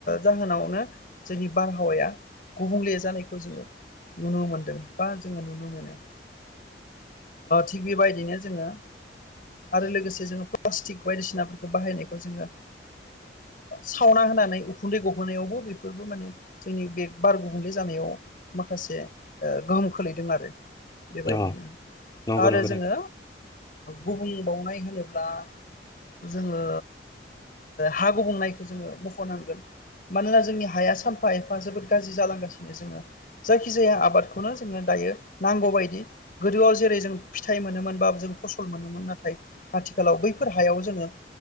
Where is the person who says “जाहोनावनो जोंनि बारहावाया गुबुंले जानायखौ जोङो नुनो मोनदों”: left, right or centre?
Left